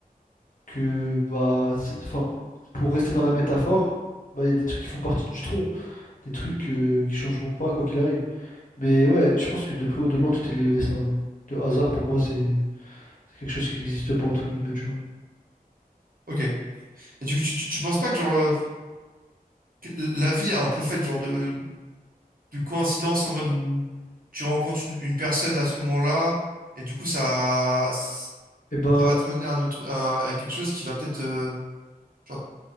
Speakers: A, on the left; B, on the right.
A: que, bah, c'est- enfin, pour rester dans la métaphore, bah, il y a des trucs qui font partie du tronc, des trucs euh, qui changeront pas quoi qu'il arrive. Mais ouais, je pense que de près ou de loin, tout est lié au destin. hein. Le hasard, pour moi, c'est c'est quelque chose qui n'existe pas, entre guillemets, tu vois.
B: Ok. Et du coup, tu, tu, tu penses pas que, genre, euh, que la vie est un peu faite, genre, de, de coïncidence en mode où tu rencontres une, une personne à ce moment-là, et du coup, ça, ça
A: Eh ben,
B: va te mener à, un autre, à, à quelque chose qui va peut-être. euh, genre...